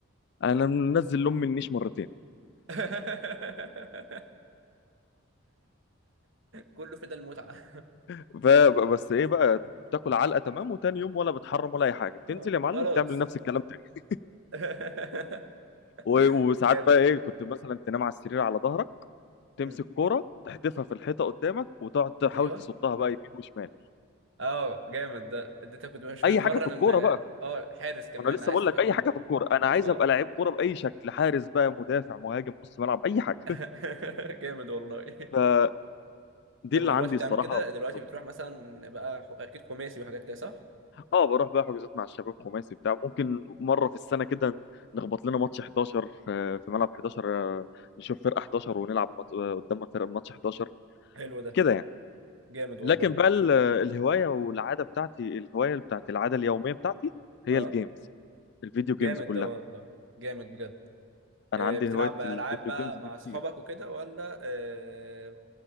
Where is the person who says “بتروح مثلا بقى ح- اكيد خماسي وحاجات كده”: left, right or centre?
Right